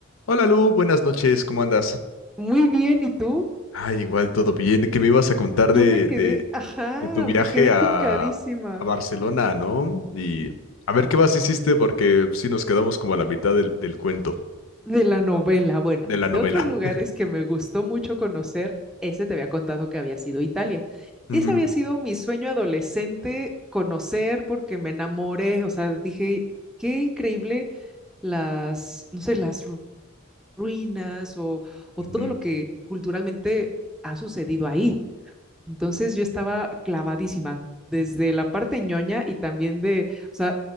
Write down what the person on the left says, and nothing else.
Hola Lu, buenas noches, ¿cómo andas?
Ay, igual todo bien. ¿Qué me ibas a contar
de,
de,
de tu viaje
a,
a Barcelona, ¿no? Y a ver qué más hiciste, porque sí nos quedamos como a la mitad del, del cuento,
de la
novela.
<laughs>
Ujú,
ujú.